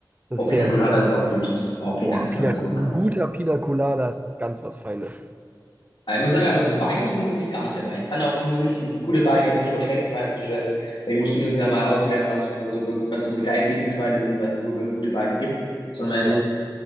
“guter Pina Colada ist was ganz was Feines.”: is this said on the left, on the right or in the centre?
Right